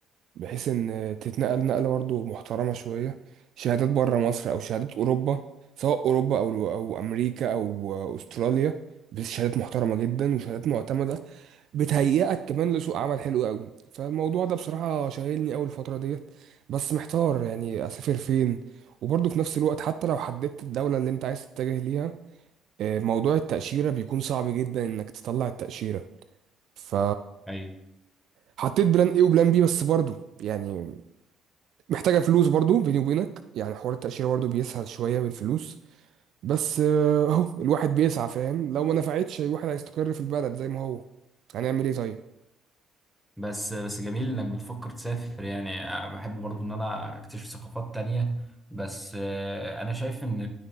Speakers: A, on the right (about 60°); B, in the centre.
A: بحيث إن تتنقل نقلة برضه محترمة شوية شهادات بره مصر أو شهادات أوروبا سواء أوروبا أو أو أمريكا أو أستراليا بس شهادات محترمة جدا وشهادات معتمدة بتهيئك كمان لسوق عمل حلو قوي فالموضوع ده بصراحة شاغلني أوي الفترة ديت بس محتار يعني أسافر فين وبرضه في نفس الوقت حتى لو حددت الدولة اللي أنت عايز تتجه ليها آه، موضوع التأشيرة بيكون صعب جدا إنك تطلع التأشيرة ف
B: ايوه
A: حطيت بلان ايه وبلان بي بس برضو يعني محتاجه فلوس برضو بيني وبينك يعني حوار التاشيره برضو بيسهل شويه بالفلوس بس آه، اهو الواحد بيسعى فاهم لو ما نفعتش الواحد هيستقر في البلد زي ما هو هنعمل ايه طيب
B: بس بس جميل انك بتفكر تسافر يعني أنا بحب برضو ان انا اكتشف ثقافات تانية بس آه، انا شايف ان